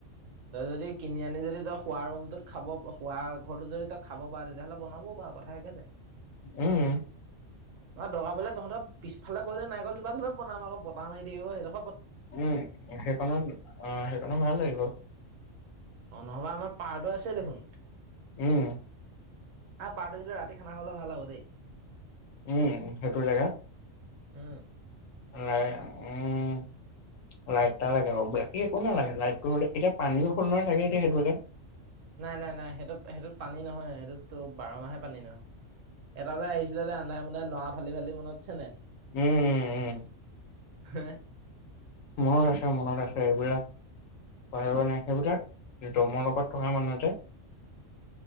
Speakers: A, on the right; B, on the left.
A: তই যদি কিনি আনি যদি তই খোৱা ৰুমটোত খাব শুৱ ঘৰটোত যদি তই খাব পাৰ তেতিয়াহ'লে বনাব পাৰি অ কথা একে নাই
B: উম
A: ম দগাবলে তহঁতৰ পিছফালে বহিলে নিকল জোাত বনাম আকৌ বত মাৰ থাকিব সিহঁক
B: উম সেইখনত অ সেইখনো ভাল লাগিব
A: অ নহবা আমাৰ পাৰটো আছে দেখোন
B: উম
A: আহ পাৰটো কিন্তু ৰাতি খানা খাবলে ভাল হ'ব দেই
B: উম সেইটোৰ জেগাত
A: উম
B: ম উম <unintelligible> <unintelligible> লাইট এটা লাগে বাকী একো নালাগে লাইটটো হ'লে এতিয়া পানীও হল নহয় ছাগে সেইতো জাগাত
A: নাই নাই নাই সেইটোত সেইটোত পানী নহয় সেইটোতো বাৰ মাহে পানী নহয়। এটা যে আহিছিলে যে ৰান্ধাই মুন্ধৰে নৰা ফালি ফালি মনত আছেনে নাই
B: উম উম উম
A: হে।
B: মনত আছে মনত আছে এইবিলাক <unintelligible> সেইবিলাক যমৰ লগত থকা মানুহ যে